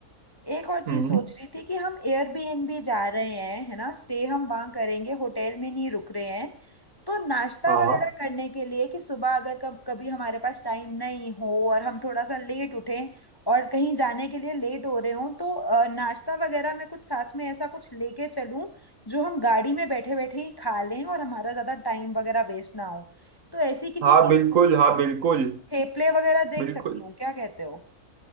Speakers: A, on the left; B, on the right.
A: एक और चीज
B: हम्म
A: सोच रही थी कि हम एयरबीएनबी जा रहे हैं है ना स्टे हम वहां करेंगे होटल में नहीं रुक रहे हैं तो नाश्ता
B: हाँ
A: वगैरह करने के लिए कि सुबह अगर कब कभी हमारे पास टाइम नहीं हो और हम थोड़ा सा लेट उठें और कहीं जाने के लिए लेट हो रहे हों तो अ, नाश्ता वगैरह में कुछ साथ में ऐसा कुछ लेके चलूं जो हम गाड़ी में बैठे बैठे ही खा लें और हमारा ज्यादा टाइम वगैरह वेस्ट ना हो तो ऐसी किसी
B: हाँ
A: चीज
B: बिल्कुल
A: के लिए
B: हाँ
A: मैं
B: बिल्कुल
A: थेपले वगैरह देख
B: बिल्कुल
A: सकती हूँ क्या कहते हो